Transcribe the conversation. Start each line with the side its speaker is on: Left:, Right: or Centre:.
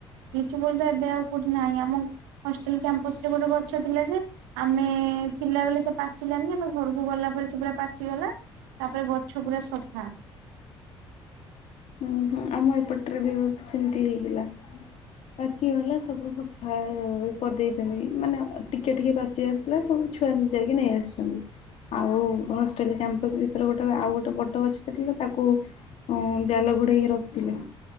Right: ଲିଚୁ କୋଳି ତ ଏବେ ଆଉ କୋଉଁଠି ନାଇଁ ଆମ ହଷ୍ଟେଲ କ୍ୟାମ୍ପସ ରେ ଗୋଟେ ଗଛ ଥିଲା ଯେ ଆମେ ଥିଲାବେଳେ ସେ ପାଚିଲାନି ଆମେ ଘରକୁ ଗଲାପ ସେ ପୁରା ପାଚିଗଲା ତାପରେ ଗଛ ପୁରା ସଫା।
Left: ଉ ହୁଁ ଆମ ଏପଟରେ ବି ସେମିତି ହେଇଗଲା। ପାଚିଗଲା ସବୁ ସଫା କରିଦେଇଚନ୍ତି ମାନେ ଟିକେ ଟିକେ ପାଚି ଆସିଲା ସ ଛୁଆ ଯାଇକି ନେଇ ଆସିସନ୍ତି। ଆଉ ହଷ୍ଟେଲ କ୍ୟାମ୍ପସ ଭିତରେ ଗୋଟେ ଆଉ ଗୋଟେ ବଡ଼ ଗଛଟା ଥିଲା ତାକୁ ଅ ଜାଲ ଘୋଡେଇକି ରଖିଥିଲେ